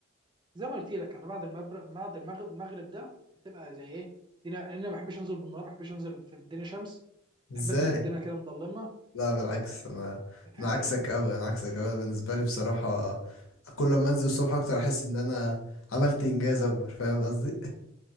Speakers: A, on the right; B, on the left.
A: زي ما قلت لك انا بعد المبر... بعد المغرب المغرب ده بتبقى زي ايه الدنيا لأن انا ما بحبش انزل بالنهار ما بحبش انزل في الدنيا شمس
B: إزاي
A: بحب انزل الدنيا كده مظلمه
B: لا بالعكس
A: في... في
B: انا
A: ال- في الحته
B: انا عكسك
A: دي
B: قوي انا عكسك قوي بالنسبه لي بصراحه كل ما انزل الصبح اكتر احس ان انا عملت انجاز اكبر فاهم قصدي